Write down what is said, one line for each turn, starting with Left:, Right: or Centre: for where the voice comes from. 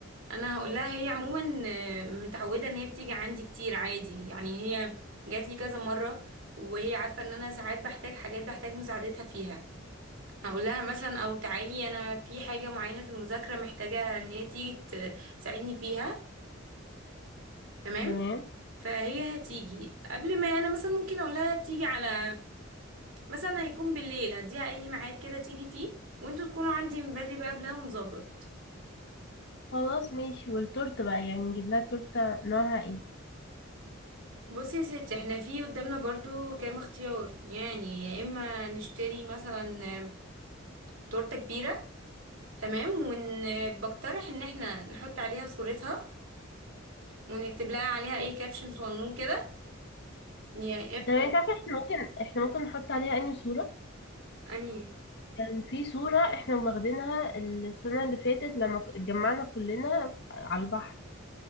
Right: انا هقول لها هي عموما آه، متعوده ان هي بتيجي عندي كتير عادي يعني هي جات لي كذا مره وهي عارفه ان انا ساعات بحتاج حاجات بحتاج مساعدتها فيها هقول لها مثلا او تعالي انا في حاجة معينة في المذاكرة محتاجة ان هي تيجي ت- تساعدني فيها تمام
Left: تمام
Right: فهي هتيجي قبل ما انا مثلا ممكن اقول لها تيجي على مثلا هيكون بالليل هديها اي ميعاد كده تيجي فيه وانتوا تكونوا عندي من بدري بقى قبلها ونظبط
Left: خلاص ماشي والتورته بقى يعني نجيب لها تورته نوعها ايه
Right: بصي يا ستي احنا في قدامنا برضو كام اختيار يعني يا اما نشتري مثلا تورتة كبيرة تمام وبقترح ان احنا نحط عليها صورتها ونكتب لها عليها اي كابشن صغنون كده يا
Left: تمام انت عارفه احنا ممكن احنا ممكن نحط عليها اي صوره
Right: انهي
Left: كان يعني في صوره احنا واخدينها السنه اللي فاتت لما ك- اتجمعنا كلنا على البحر